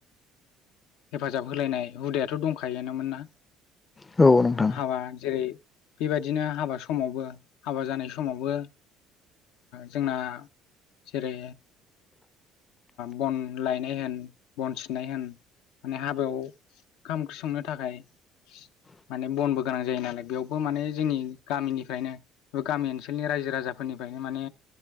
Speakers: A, on the left; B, on the left.
A: हेफाजाब होलायनाय हुदायाथ' दंखायानोन ना
B: होदो नोंथाङा औ नोंथां
A: हाबा जेरै बेबायदिनो हाबा समावबो हाबा जानाय समावबो जोंना जेरै बन लायनाय होन बन सिननाय होन माने हाबायाव ओंखाम ओंख्रिंनो थाखाय
B: <inaudible>
A: माने बनबो गोनां जायो नालाय बेयावबो माने जोंनि गामिनिफ्रायनो बा गामि ओनसोलनि रायजो राजाफोरनि निफ्रायनो माने